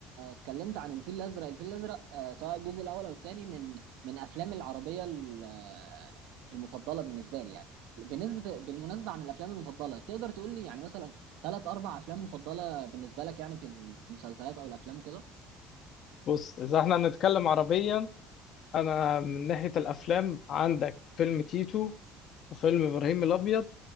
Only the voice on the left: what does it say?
بص اذا احنا هنتكلم عربيا انا من ناحيه الافلام عندك فيلم تيتو وفيلم ابراهيم الابيض